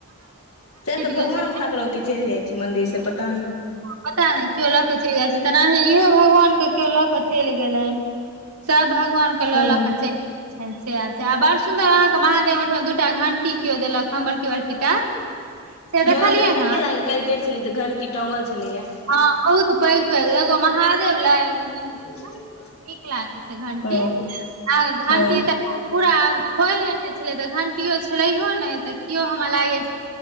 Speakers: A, on the left (about 70°); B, on the right (about 85°).
A: सा तऽ
B: गेल
A: भगवान
B: छल
A: उठा के चलि जाइ छै, मंन्दिर से पता नैय ‌।
B: पता नहि क्यों लऽ केऽ चलि जाइ छै तेनाही इहो भगवान के क्यों लक चलि गेलनि। सब भगवान के ललक
A: ओ
B: चलि गेलैन। सेचा बड़ सुन्दर अहाँके महादेव ओहिठमा दूटा घंटी क्यों देलक बडकी बडकी। टा। से
A: हँ देखलियै
B: हँ
A: काल्हि गेल छलियै तऽ घंटी टंगल छलैया।
B: हँ बहुत पैघ पैघ एगो महादेव ला एगो नन्दी ला।
A: <unintelligible>
B: नीक लागै छै घंटी
A: हँ
B: आहा घंटी
A: हँ
B: तऽ। पूरा आब खोलि लने छलै तऽ घंटियो छलैहो नैं तऽ केओ हमरा लागय